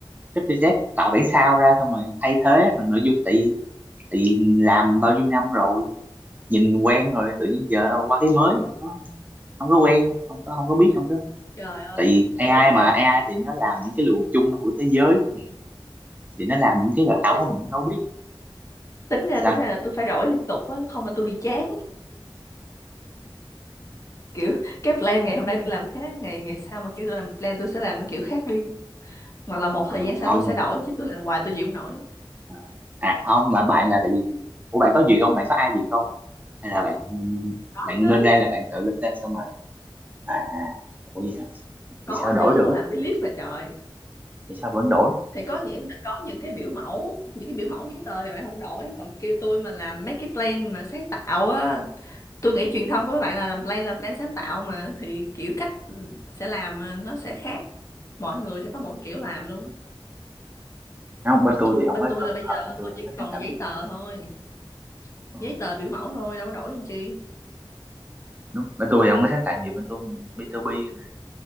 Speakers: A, on the right; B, on the left.
A: WZ tạo bản sao ra xong rồi thay thế bằng nội dung tại tại làm bao nhiêu năm rồi nhìn quen rồi tự nhiên giờ đâu qua cái mới đâu có không có quen không có không có biết không có
B: trời ơi
A: tại vì AI
B: Ê, tính ra
A: mà
B: là
A: AI thì nó làm những cái luồng chung của thế giới chẳng hạn thì nó làm những cái ảo
B: Ê,
A: mình cũng đâu biết
B: tính ra
A: sao
B: tính ra là tôi phải đổi liên tục á không là tôi bị chán <laughs> kiểu cái plan ngày hôm nay tôi làm khác ngày ngày sau mà kêu tôi làm plan tôi sẽ làm nó kiểu khác đi hoặc là
A: Ờ,
B: một thời gian sau
A: không
B: tôi sẽ đổi chứ tôi làm hoài tôi chịu không nổi
A: Ờ, à không mà bạn là tại vì ủa bạn có gì không bạn có ai gì không hay là bạn
B: có
A: bạn
B: chứ
A: lên đây là bạn tự lên đây xong rồi à ủa gì hả
B: có
A: thì sao đổi
B: chứ ủa
A: được
B: làm với list mà trời
A: thì sao vẫn đổi
B: thì có nghĩa là có những cái biểu mẫu những cái biểu mẫu giấy tờ thì bạn không đổi còn kia tôi mà làm mấy cái plan mà sáng tạo á tôi nghĩ truyền thông của các bạn là làm plan là plan sáng tạo mà thì kiểu cách sẽ làm nó sẽ khác mỗi người sẽ có một kiểu làm luôn á
A: không bên
B: còn
A: tôi
B: tôi
A: thì không
B: bên
A: có
B: tôi
A: cần
B: là bây
A: hợp
B: giờ
A: bên tôi
B: tôi
A: không
B: chỉ
A: có sáng
B: còn
A: tạo
B: là giấy
A: nhiều
B: tờ thôi
A: Ờ,
B: giấy tờ biểu mẫu thôi đâu có đổi làm chi
A: đúng bên tôi thì không có sáng tạo nhiều bên tôi B2B